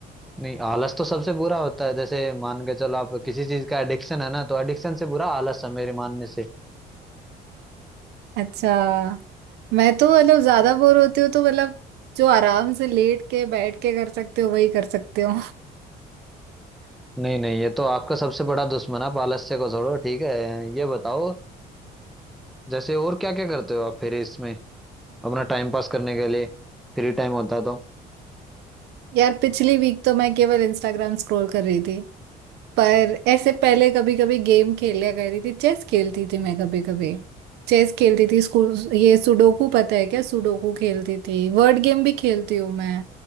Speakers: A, in the centre; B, on the right.
A: नहीं आलस तो सबसे बुरा होता है जैसे मान के चलो आप किसी चीज का एडिक्शन है ना तो एडिक्शन से बुरा आलस है मेरे मानने से
B: अच्छा मैं तो मतलब ज्यादा बोर होती हूँ तो मतलब जो आराम से लेट के बैठ के कर सकते हो वही कर सकते हो
A: नहीं नहीं ये तो आपका सबसे बड़ा दुश्मन है, आप आलस्य को छोड़ो ठीक है ये बताओ अ, जैसे और क्या क्या करते हो आप फिर इसमें अपना टाइम पास करने के लिए फ्री टाइम होता है तो
B: <laughs> यार पिछली वीक तो मैं केवल इंस्टाग्राम स्क्रॉल कर रही थी पर ऐसे पहले कभी कभी गेम खेला करती थी चेस खेलती थी मैं कभी कभी चेस खेलती थी स्कूल ये सुडोकू पता है क्या सुडोकू खेलती थी वर्ड गेम भी खेलती हूँ मैं